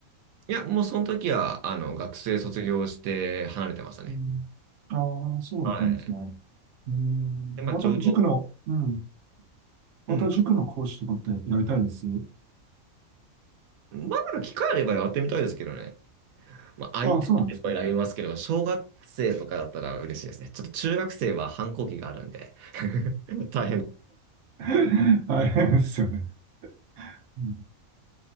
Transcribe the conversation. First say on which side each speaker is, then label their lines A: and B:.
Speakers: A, on the right; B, on the right.
A: いや、もうその時は、あの、学生卒業して離れてましたね。
B: うん。ああ、そうだったんですね。
A: はい。
B: うん。
A: で、まあ、
B: また塾の、
A: ちょうど、
B: うん。
A: うん。
B: また塾の講師とかってやりたいです。
A: まあ、なんか機会あればやってみたいですけどね。まあ、相手がいっぱいあますけど、
B: ああ、そうなんですね。
A: 小学生とかだったら嬉しいですね。ちょっと中学生は反抗期があるんで <laughs> 大変。
B: <laughs> 大変ですよね。うん。